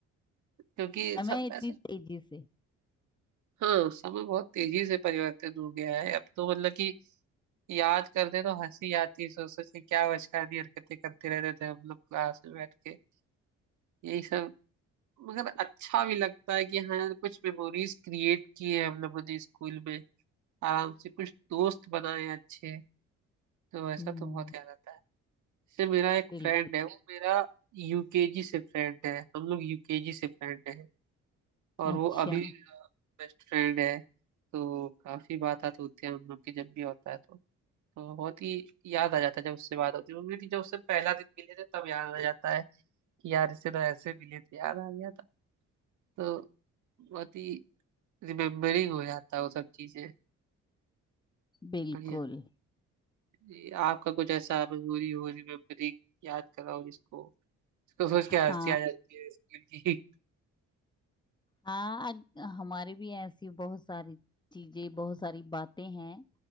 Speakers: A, on the right (about 70°); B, on the left (about 15°).
A: क्योंकि
B: समय
A: सब
B: इतनी
A: ऐसे
B: तेजी से
A: हाँ समय बहुत तेजी से परिवर्तित हो गया है अब तो मतलब कि याद करते तो हंसी आती सोच सोच के क्या बचकानी हरकतें करते रहते थे हम लोग क्लास में बैठ के यही सब मगर अच्छा भी लगता है कि हाँ कुछ मेमोरीज क्रिएट किए हम लोगों ने स्कूल में आराम से कुछ दोस्त बनाए अच्छे तो ऐसा
B: हम्म
A: तो बहुत याद आता है जैसे मेरा एक
B: बिल्कुल
A: फ्रेंड है वो मेरा यूकेजी से फ्रेंड है हम लोग यूकेजी से फ्रेंड है और वो
B: अच्छा
A: अभी बेस्ट फ्रेंड है तो काफी बात आती होती है हम लोग की जब भी होता है तो तो बहुत ही याद आ जाता है जब उससे बात होती है वो भी जब उससे पहला दिन मिले थे तब याद आ जाता है कि यार इससे तो ऐसे मिले थे याद आ गया था तो बहुत ही रिमेम्बरिंग हो जाता है वो सब चीजें
B: बिल्कुल
A: बढ़िया ये आपका कुछ ऐसा मेमोरी हो रिमेम्बरिंग याद कराओ जिसको जिसको सोच
B: हाँ
A: के हंसी आ जाती है स्कूल की
B: हाँ अग- हमारे भी ऐसी बहुत सारी चीजें बहुत सारी बातें हैं